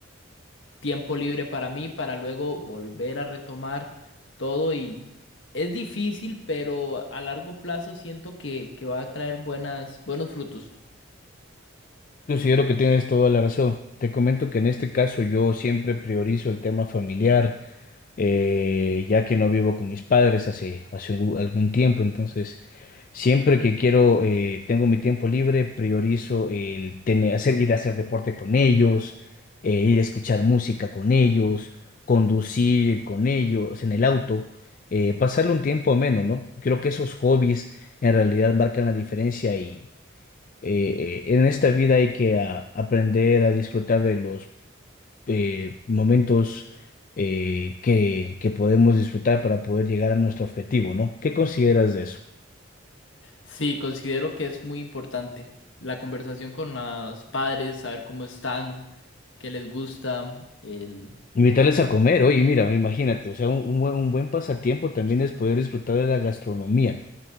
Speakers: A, on the left (about 65°); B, on the left (about 40°).
A: tiempo libre para mí para luego volver a retomar todo y es difícil, pero a largo plazo siento que, que va a traer buenas, buenos frutos.
B: Considero que tienes toda la razón. Te comento que en este caso yo siempre priorizo el tema familiar, eh, ya que no vivo con mis padres hace, hace un- algún tiempo. Entonces, siempre que quiero, eh, tengo mi tiempo libre, priorizo el tener, hacer, ir a hacer deporte con ellos, eh, ir a escuchar música con ellos, conducir con ellos en el auto, eh, pasarle un tiempo ameno, ¿no? Creo que esos hobbies en realidad marcan la diferencia eh, eh, en esta vida hay que a- aprender a disfrutar de los eh, momentos eh, que, que podemos disfrutar para poder llegar a nuestro objetivo, ¿no? ¿Qué consideras de eso?
A: Sí, considero que es muy importante la conversación con los padres, saber cómo están, qué les gusta, el,
B: Invitarles
A: el qué
B: a comer, oye,
A: opinan.
B: mira, imagínate, o sea, un, un buen, un buen pasatiempo también es poder disfrutar de la gastronomía.